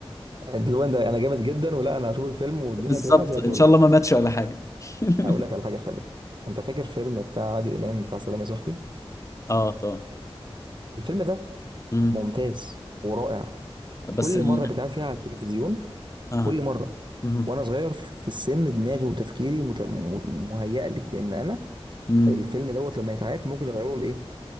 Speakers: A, on the right; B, on the left.
A: <laughs> اللي هو ده انا جامد جدا ولا انا هشوف الفيلم والدنيا
B: بالظبط
A: هتطلع زي الفل
B: ان شاء الله ما ماتش ولا حاجه <laughs>
A: اقول لك على حاجه حلوه انت فاكر فيلم بتاع عادل امام بتاع سلام يا صاحبي
B: اه طبعا
A: الفيلم ده
B: مم.
A: ممتاز ورائع
B: بس
A: كل
B: ال...
A: مره بتقعد فيها على التلفزيون
B: اه
A: كل مره
B: مم.
A: وانا صغير في السن دماغي وتفكيري مت... م- مهيأ لي ان انا
B: مم.
A: الفيلم دوت لما يتعاد ممكن يغيروا الايه